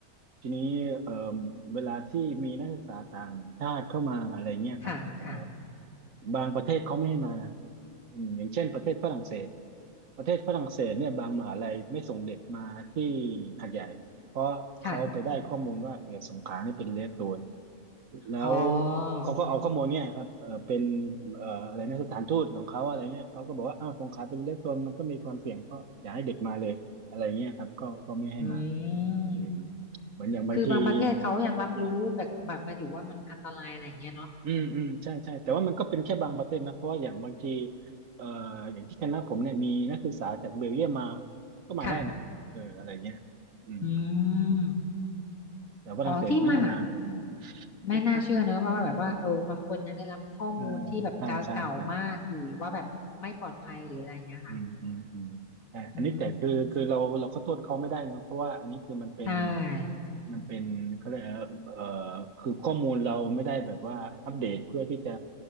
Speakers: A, on the right; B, on the left.
A: ทีนี้เอ่อเวลาที่มีนักศึกษาต่างชาติเข้ามาอะไรเงี้ยครับเอ่อ
B: ค่ะค่ะ
A: บางประเทศเขาไม่ให้มานะอืมอย่างเช่นประเทศฝรั่งเศสประเทศฝรั่งเศสเนี่ยบางมหาลัยไม่ส่งเด็กมาที่หาดใหญ่เพราะเขาไปได้ข้อมูลว่าเออสงขลาเนี่ยเป็นเรดโซน
B: ค่ะ
A: แล้ว
B: อ๋อโอเค
A: เขาก็เอาข้อมูลเนี่ยครับเออเป็นเอ่ออะไรนะสถานทูตของเขาอะไรเงี้ยเขาก็บอกว่าอ้าวสงขลาเป็นเรดโซนมันก็มีความเสี่ยงก็อย่าให้เด็กมาเลยอะไรเงี้ยครับก็ก็ไม่ให้มา
B: อืม
A: อืมเหมือนอย่างบางที
B: คือบางประเทศเขายังรับรู้แบบแบบมาอยู่ว่ามันอันตรายอะไรอย่างเงี้ยเนาะ
A: อ่ะอืมอืมใช่ใช่แต่ว่ามันก็เป็นแค่บางประเทศนะเพราะว่าอย่างบางทีเอ่ออย่างที่คณะผมเนี่ยมีนักศึกษาจากเบลเยียมมาก็มาได้นะเอออะไรเงี้ยอืม
B: ค่ะอืม
A: แต่ว่าฝรั่งเศสไม่ให้มาเอองง
B: อ๋อที่มาไม่น่าเชื่อเนอะว่าว่าแบบว่าเออบางคนยังได้รับข้อมูลที่แบบเก่าเก่ามากอยู่ว่าแบบไม่ปลอดภัยหรืออะไรเงี้ยค่ะ
A: <laughs> เออใช่ใช่ใช่ อืมอืมอืมแต่อันนี้แต่คือคือเราเราก็โทษเขาไม่ได้เนอะเพราะว่าอันนี้คือมันเป็น
B: อืมใช่
A: มันเป็นเขาเรียกอะไรนะเอ่อคือข้อมูลเราไม่ได้แบบว่าอัปเดตเพื่อที่จะ